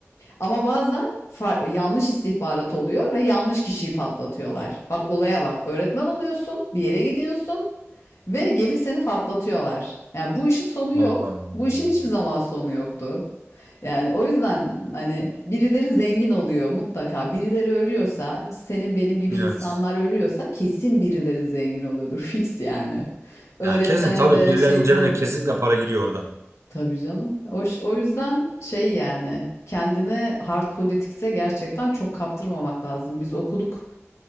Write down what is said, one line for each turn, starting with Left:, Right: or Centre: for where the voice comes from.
Left: Ama bazen yanlış istihbarat oluyor ve yanlış kişiyi patlatıyorlar. Bak olaya bak. Öğretmen oluyorsun, bir yere gidiyorsun ve gelip seni patlatıyorlar. Yani bu işin sonu yok.
Right: Allah'ım.
Left: Bu işin hiçbir zaman sonu yoktu. Yani o yüzden hani birileri zengin oluyor mutlaka. Birileri ölüyorsa, senin benim gibi
Right: Evet.
Left: insanlar ölüyorsa kesin birileri zengin oluyordur <laughs> fix yani. Öğretmene
Right: Yani kesin tabii
Left: de
Right: birilerinin
Left: şeyi
Right: cebine
Left: de
Right: kesinlikle para giriyor orada.
Left: Tabii canım. O, ş- o yüzden şey yani kendini hard politics'e gerçekten çok kaptırmamak lazım. Biz okuduk